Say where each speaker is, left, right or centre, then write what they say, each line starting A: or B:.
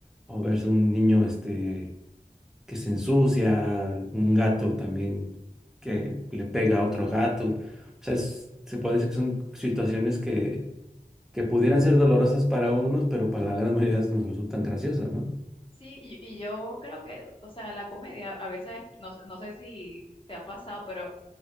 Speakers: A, in the centre; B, on the left.
A: o verse un niño este, que se ensucia, un gato también que le pega a otro gato. O sea, es- se puede decir que son situaciones que, que pudieran ser dolorosas para unos, pero para la gran mayoría nos resultan graciosas, ¿no?
B: Sí, y, y yo creo que, o sea, la comedia a veces, no, sé- no sé si te ha pasado, pero